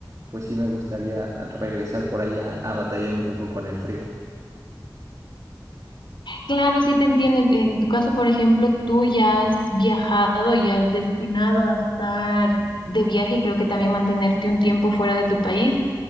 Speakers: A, on the right (about 45°); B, on the left (about 90°).
A: pues sí me gustaría regresar por allá a batallar un poco con el frío.
B: Claro, sí te entiendo. En en tu caso, por ejemplo, tú ya has viajado y has destinado a estar de viaje y creo que también mantenerte un tiempo fuera de tu país.